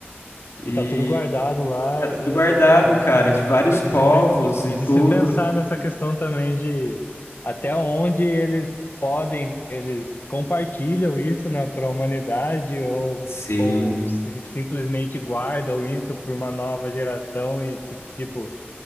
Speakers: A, on the left (about 85°); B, on the left (about 50°).
A: E
B: E tá tudo guardado lá
A: tá tudo
B: e,
A: guardado,
B: uh, é.
A: cara, de vários
B: E de
A: povos
B: se, pe-
A: e
B: e
A: tudo.
B: de se pensar nessa questão também de até onde eles podem, eles compartilham isso, né, para a humanidade ou,
A: Sim,
B: ou se- simplesmente guardam isso para uma nova geração e, ti- tipo,